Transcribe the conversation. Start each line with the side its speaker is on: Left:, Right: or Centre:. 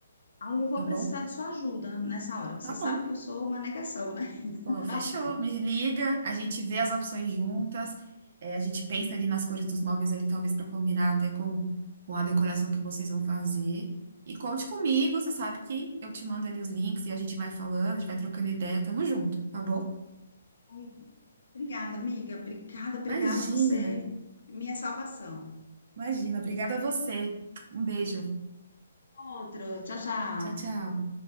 Left: Aí eu vou
Right: tá bom?
Left: precisar de sua ajuda nessa hora, porque
Right: Tá
Left: você
Right: bom.
Left: sabe que eu sou uma negação, né? <laughs>
Right: Pô, fechou, me liga, a gente vê as opções juntas, é, a gente pensa ali nas cores dos móveis ali, talvez para combinar até com, com a decoração que vocês vão fazer. E conte comigo, você sabe que eu te mando ali os links e a gente vai falando, a gente vai trocando ideia, tamo junto, tá bom?
Left: Ai, Obrigada, amiga. Obrigada, obrigada.
Right: Imagina,
Left: Você é minha salvação.
Right: imagina, obrigada a você. Um beijo,
Left: Outro. Tchau, tchau.
Right: tchau, tchau.